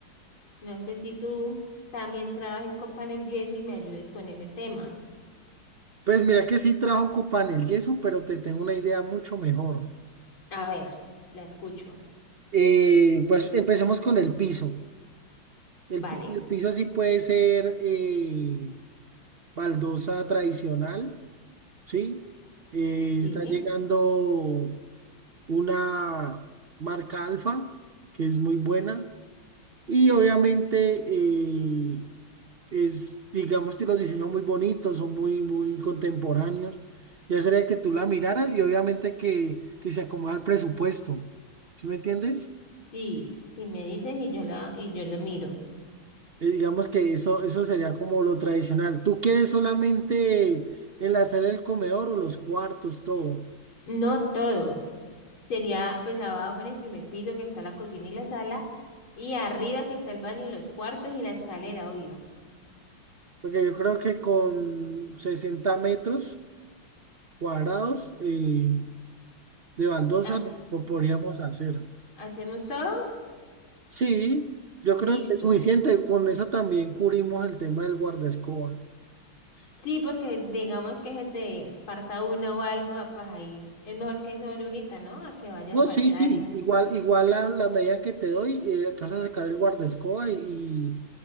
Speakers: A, on the left; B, on the right.
A: No sé si tú también trabajes con panel yeso y me ayudes con ese tema.
B: Pues mira que sí trajo copa en el yeso, pero te tengo una idea mucho mejor.
A: A ver, la escucho.
B: Eh, pues empecemos con el piso. El,
A: Vale.
B: pi- el piso así puede ser eh, baldosa tradicional, ¿sí? Eh,
A: Sí,
B: está llegando una marca Alfa, que es muy buena. Y obviamente eh, es, digamos que los diseños muy bonitos, son muy, muy contemporáneos. Ya sería que tú la miraras y obviamente que, que se acomoda al presupuesto. ¿Sí me entiendes?
A: sí, sí me dices y yo la, y yo la miro.
B: Eh, Digamos que eso, eso sería como lo tradicional. ¿Tú quieres solamente enlazar el comedor o los cuartos, todo?
A: No todo. Sería pues abajo en el primer piso que está la cocina y la sala y arriba que está el baño y los cuartos y la escalera, obvio.
B: Porque yo creo que con sesenta metros cuadrados eh, de baldosa
A: Haz-
B: lo lo podríamos hacer.
A: ¿Hacemos todo?
B: Sí, yo
A: Listo.
B: creo que es suficiente. Con eso también cubrimos el tema del guardaescoba.
A: Sí, porque digamos que se te parta una o algo, ah, pues ahí es mejor que sobre unita, ¿no? A que vaya
B: No,
A: a faltar.
B: sí, sí,
A: y-
B: igual, igual la, la medida que te doy, eh, alcanzas a sacar el guardaescoba y,